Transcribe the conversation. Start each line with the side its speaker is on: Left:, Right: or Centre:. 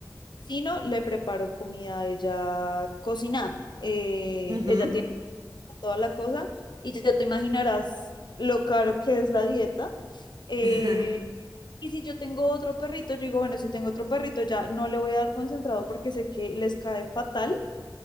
Left: sino le preparo comida a ella cocinada. Eh,
Right: ujú,
Left: ella tiene toda la cosa, y ya te imaginarás lo caro que es la dieta. Eh,
Right: <laughs> ajá.
Left: y si yo tengo otro perrito, yo digo, bueno, si tengo otro perrito, ya no le voy a dar concentrado porque sé que les cae fatal.